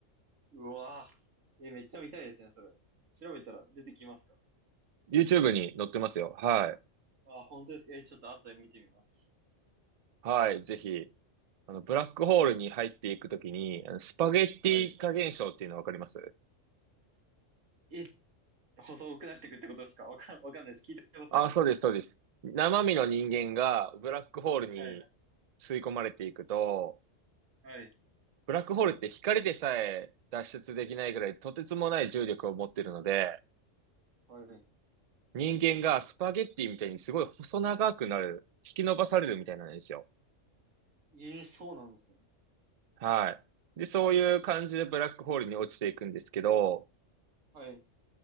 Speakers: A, on the right; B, on the right.
A: うわぁ。えーめっちゃ見たいですね、それ。調べたら出てきますか
B: YouTube に載ってますよ。はい。
A: あ、本当ですか。えーちょっと後で見てみます。
B: はい、ぜひ。あの、ブラックホールに入っていくときに、
A: はい。
B: あのスパゲッティ化現象っていうのわかります
A: はい。え、細くなっていくってことですかわかん、わかんないです。聞いたことなかったです。
B: あ、そうです、そうです。生身の人間がブラックホールに吸い込まれていくと、
A: はい。はい。
B: ブラックホールって光でさえ脱出できないぐらいとてつもない重力を持っているので、
A: はい。
B: 人間がスパゲッティみたいにすごい細長くなる、引き伸ばされるみたいなんですよ。
A: ええそうなんですね。
B: はい。で、そういう感じでブラックホールに落ちていくんですけど、
A: はい。